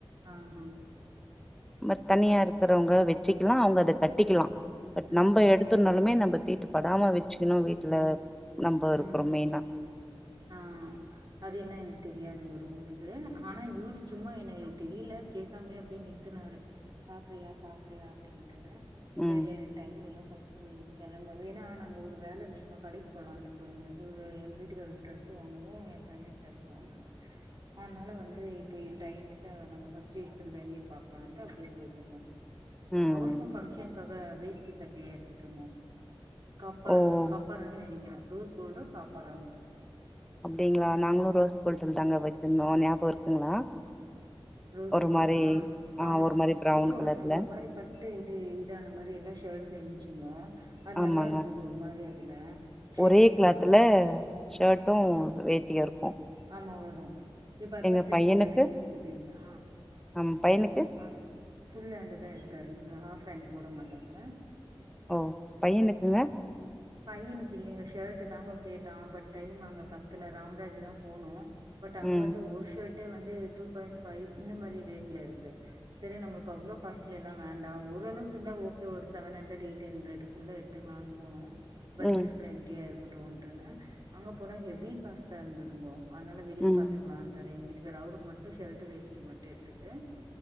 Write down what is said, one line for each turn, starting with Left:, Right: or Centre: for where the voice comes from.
Right: ஆஹ
Centre: ம தனியா இருக்கிறவங்க வெச்சிக்கிலா அவங்க அத கட்டிக்கலா பட்
Right: ம்
Centre: நம்ப எடுத் துனாலுமே நம்ப தீட்டு படாம வெச்சுக்கணு வீட்டுல நம்ப
Right: ம்
Centre: இருக்குறோ மெயினா
Right: ஆ அது எல்லா எனக் தெரியாதுங்க ரூல்ஸ்சு ஆனா இவுரு சும்மா எனக் தெரியில கேக்காமேயே அப்படியே நிறுத்துனாரு பாக்றியா பாக்றியா அப்படின்ட்டுன்னு இல்ல
Centre: ம்
Right: இல்ல டைம் இல்ல ஃபர்ஸ்ட் நீ கிளம்பு வேன்னா நாங்க ஒரு வேல விஷ்யமா கடைக் போலான்டு போய்ந்த இவுரு வீட்டுக்காரருக்கு டிரஸ் வாங்கவு எ பையனுக் டிரஸ் வாங்கனு அதனால ம் இப்போ டைம் விட்டா நம்ம பஸ்ட் இருக்கற வேலைய பாக்கலான்ட்டு அப்படியே போயிட்டோமா
Centre: ம்
Right: இவுருக்கு ஃபங்சன்காக வேஸ்டி சட்டை எடுத்துட்டோம்மா காப்பர்
Centre: ஓ
Right: காப் பறுன் நெனைகிறே ரோஸ் கோல்டு காப்பறோங்
Centre: அப்படிங்களா நாங்களு ரோஸ்கோல்ட் தாங்க வச்சிந்தோ ஞாபக இருக்குங்களா
Right: ரோஸ்
Centre: ஒரு
Right: கோல்டா
Centre: மாரி ஆ
Right: ஆமா
Centre: ஒரு மாரி ப்ரவுன்
Right: இப்போ
Centre: கலர்ல
Right: வந்து ஒரு மாதிரி பட் டு இது இதான மாரி எல்லா ஷர்ட்ல ன்ச்சுங்கோ அது
Centre: ஆமாங்க
Right: நல்லா இருந்தது ஒரு மாரி அதுல ஷைனிங்கா
Centre: ஒரே கிளாத்துல ஷர்ட்டு வேட்டியு இருக்கு
Right: ஆமா வரு இப்ப அதா
Centre: எங்க
Right: ட்ரெண்டிங்கா
Centre: பையனுக்கு
Right: நெறையா போது இல்லையா
Centre: நம் பையனுக்கு
Right: ஆ. ஃபுல் ஹேண்ட்டு தா எடுத்தாரு இவரு ஹாஃப் ஹேண்ட் போட மாட்டாரு அ
Centre: ஓ பையனுக்குங்க
Right: பையனுக்கு இல்லைங்க ஷர்ட் தாங்க கேட்டா பட் டைம் அங்க பத்தல ராம்ராஜ் தா போனோ பட் அங்க
Centre: ம்
Right: வந்து ஓர் ஷர்ட்டே வந்து டூ பாயிண்ட் ஃபைவ் இந்த மாதரி ரேட்ல இருக்கு சரி நம்மளுக்கு அவ்வளோ காஸ்லில வேண்டா ஓர அளவுக்கு இருந்தா ஓகே ஒரு செவன் ஹண்ட்ரட் எயிட் ஹண்டரட்டு குள்ள எத்துக்கலான் போனோ பட்ஜெட்
Centre: ம்
Right: ஃப்ரெண்ட்லியா இருக்கட்டுன்ட்டுன்ன அங்க போனா ஹெவி காஸ்ட்டா இருந்ததுங்கோ. அனால வெளியே
Centre: ம்
Right: பாத்துக்கலான்ட்டாரு எங்க வீட்டுக்கார் அவருக்கு மட்டும் ஷர்ட் வேஸ்டி மட்டு எடுத்துட்டு